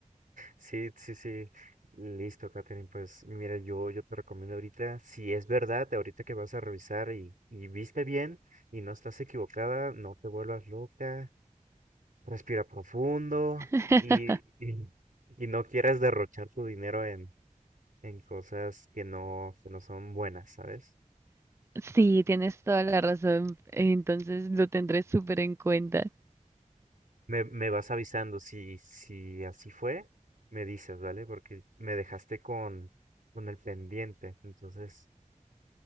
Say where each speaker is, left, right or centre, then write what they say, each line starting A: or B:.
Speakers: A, on the right; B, on the right.
A: sí, sí, sí. Listo, Katherine. Pues mira, yo, yo te recomiendo ahorita, si es verdad, ahorita que vas a revisar y, y viste bien y no estás equivocada, no te vuelvas loca, Respira profundo
B: <laughs>
A: y, y- y no quieras derrochar tu dinero en, en cosas que no, que no son buenas, ¿sabes?
B: Sí, tienes toda la razón, entonces lo tendré súper en cuenta.
A: Me, me vas avisando si, si así fue, me dices, ¿vale? Porque me dejaste con, con el pendiente. Entonces,